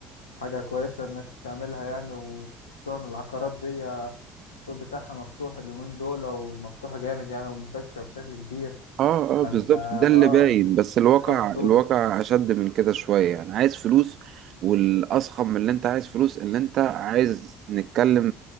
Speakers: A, on the left (about 80°); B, on the right (about 55°).
A: وحاجة كويسة إنك بتعملها يعني وخصوصا العقارات دي آه، السوق بتاعها مفتوح اليومين دول ومفتوحة جامد يعني ومنتشرة بشكل كبير
B: اه اه
A: فانت
B: بالظبط
A: اه
B: ده اللي باين بس الواقع
A: زي ما بتقول
B: الواقع اشد من كده شوية يعني عايز فلوس والاضخم من اللي انت عايز فلوس اللي انت عايز نتكلم